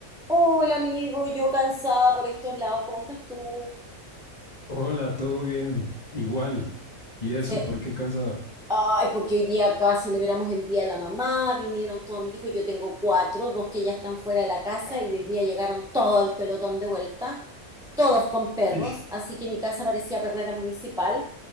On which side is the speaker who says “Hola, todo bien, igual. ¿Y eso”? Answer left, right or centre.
Left